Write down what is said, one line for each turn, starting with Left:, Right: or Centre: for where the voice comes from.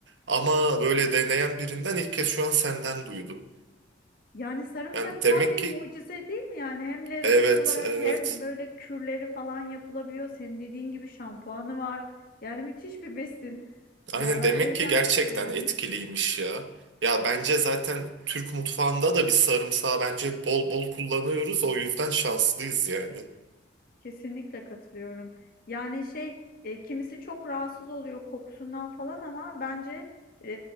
Right: Ama böyle deneyen birinden ilk kez şu an senden duydum.
Left: Yani sarımsak
Right: Yani demek
Left: tam bir
Right: ki
Left: mucize değil mi yani? Hem lezzet
Right: evet
Left: olarak
Right: evet.
Left: hem böyle kürleri falan yapılabiliyor. Senin dediğin gibi şampuanı var. Yani müthiş bir besin.
Right: Aynen
Left: Yani ben
Right: demek
Left: o yüzden
Right: ki gerçekten
Left: çok seviyorum.
Right: etkiliymiş ya. Ya bence zaten Türk mutfağında da bir sarımsağı bence bol bol kullanıyoruz. O yüzden şanslıyız yani.
Left: Kesinlikle katılıyorum. Yani şey e, kimisi çok rahatsız oluyor kokusundan falan ama bence e,